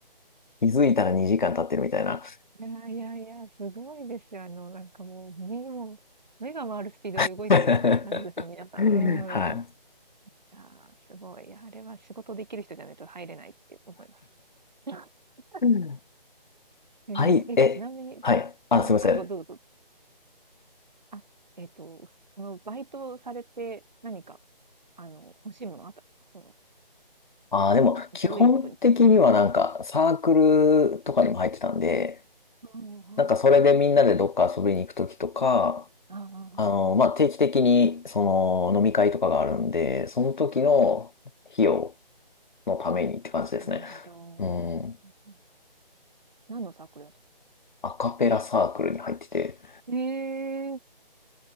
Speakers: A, on the left; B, on the right.
A: 気づいたら2時間経ってるみたいな。
B: ー、いやいやいや、すごいですよ。あの、なんかもう、目も、目が回るスピードで動いてる感じですもん、
A: <laughs>
B: 皆さん。
A: はい。
B: うん。いやー、すごい。いや、あれは仕事できる人じゃないと入れないって思います。<laughs>
A: うん。
B: えーえ、
A: はい、え、
B: ちなみに、
A: はい。あ、
B: この、
A: すいません。
B: あ、ご、どうぞあ、えっと、そのバイトされて何か、あの、欲しいものあったんですかその
A: あー、でも、基本的にはなんか、
B: どういうことに使っ
A: サークルとかにも入ってたんで、
B: たああ、はい。
A: なんかそれでみんなでどっか遊びに行くときとか、
B: ああ、うんうん
A: あの、まあ、定期的に、その、飲み会とかがあるんで、その時の費用
B: はい。
A: のためにって感じですね。
B: なるほど。うんうんうん
A: うん。
B: 何のサークルだと
A: アカペラサークルに入ってて。
B: ええ